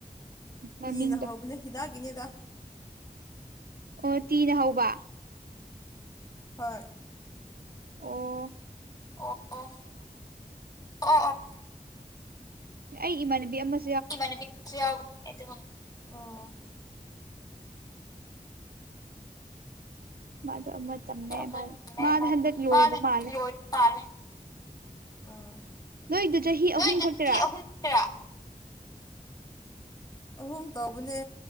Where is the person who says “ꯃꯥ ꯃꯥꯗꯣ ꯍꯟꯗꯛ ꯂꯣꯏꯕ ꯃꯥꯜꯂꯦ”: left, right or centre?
Right